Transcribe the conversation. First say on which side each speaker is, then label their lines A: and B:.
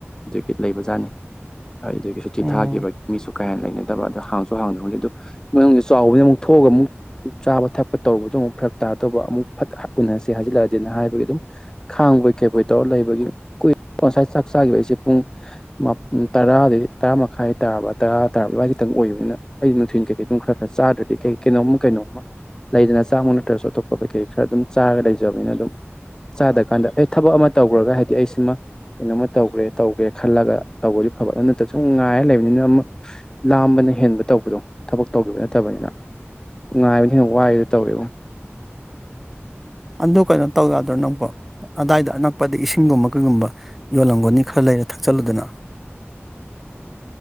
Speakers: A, on the left; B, in the centre.
A: ꯑꯗꯨꯒꯤ ꯂꯩꯕꯖꯥꯠꯅꯤ ꯑꯩꯗꯤ ꯁꯨꯇꯤ
B: ꯎꯝ
A: ꯊꯥꯈꯤꯕ ꯃꯤꯁꯨ ꯀꯌꯥ ꯂꯩꯅꯗꯕ ꯑꯗꯨꯗꯣ ꯍꯥꯡꯁꯨ ꯍꯥꯡꯗꯕꯅꯤ ꯑꯗꯨ ꯃꯅꯨꯡꯗ ꯆꯥꯎꯕꯅ ꯑꯃꯨꯛ ꯊꯣꯛꯑꯒ ꯑꯃꯨꯛ ꯆꯥꯕ ꯊꯛꯄ ꯇꯧꯕꯗꯣ ꯑꯃꯨꯛ ꯐꯔꯛ ꯇꯥꯔꯗꯕ ꯑꯃꯨꯛ ꯐꯠꯞ ꯎꯟꯅꯔꯁꯦ ꯍꯥꯏꯖꯤꯜꯂꯛꯑꯗꯤꯅ ꯍꯥꯏꯕꯒꯤ ꯑꯗꯨꯝ ꯈꯥꯡꯕꯣꯏ ꯀꯩꯕꯣꯏ ꯇꯧꯔ ꯂꯩꯕꯒꯤ ꯀꯨꯏ ꯉꯁꯥꯏ ꯆꯥꯛ ꯆꯥꯈꯤꯕ ꯑꯩꯁꯦ ꯄꯨꯡ ꯃꯥꯞ ꯇꯔꯥꯗꯤ ꯇꯔꯥ ꯃꯈꯥꯏ ꯇꯥꯕ ꯇꯔꯥ ꯇꯥ ꯑꯗꯨꯋꯥꯏ ꯈꯤꯇꯪ ꯑꯣꯏꯕꯅꯤꯅ ꯑꯩ ꯅꯨꯡꯊꯤꯟ ꯀꯩꯀꯩ ꯑꯗꯨꯝ ꯈꯔ ꯈꯔ ꯆꯥꯗ꯭ꯔꯗꯤ ꯀꯩ ꯀꯩꯅꯣꯝ ꯀꯩꯅꯣꯝꯃ ꯂꯩꯗꯅ ꯆꯥꯃꯛ ꯅꯠꯇ꯭ꯔꯁꯨ ꯑꯇꯣꯞꯄ ꯀꯩꯀꯩ ꯈꯔ ꯑꯗꯨꯝ ꯆꯥꯔꯒ ꯂꯩꯖꯕꯅꯤꯅ ꯑꯗꯨꯝ ꯆꯥꯗ ꯀꯥꯟꯗ ꯑꯦ ꯊꯕꯛ ꯑꯃ ꯇꯧꯈ꯭ꯔꯒ ꯍꯥꯏꯗꯤ ꯑꯩꯁꯤꯃ ꯀꯩꯅꯣꯝꯃ ꯇꯧꯒ꯭ꯔꯦ ꯇꯧꯒꯦ ꯈꯜꯂꯒ ꯇꯧꯕꯗꯤ ꯐꯕ ꯑꯗꯨ ꯅꯠꯇ ꯁꯨꯝ ꯉꯥꯏꯔ ꯂꯩꯕꯅꯤꯅ ꯑꯃ ꯂꯥꯝꯕꯅ ꯍꯦꯟꯕ ꯇꯧꯕꯗꯣ ꯊꯕꯛ ꯇꯧꯒꯤꯕ ꯅꯠꯇꯕꯅꯤꯅ ꯉꯥꯏꯕꯅ ꯍꯦꯟꯅ ꯋꯥꯏꯗꯣ ꯇꯧꯔꯦꯉꯣ
B: ꯑꯗꯨ ꯀꯩꯅꯣ ꯇꯧ ꯌꯥꯗ꯭ꯔꯣ ꯅꯪꯄꯣ ꯑꯗꯥꯏꯗ ꯑꯅꯛꯄꯗ ꯏꯁꯤꯡꯒꯨꯝꯕ ꯏꯁꯤꯡꯒꯨꯝꯕ ꯀꯩꯒꯨꯝꯕ ꯌꯣꯜꯂꯝꯒꯅꯤ ꯈꯔ ꯂꯩꯔ ꯊꯛꯆꯜꯂꯨꯗꯅ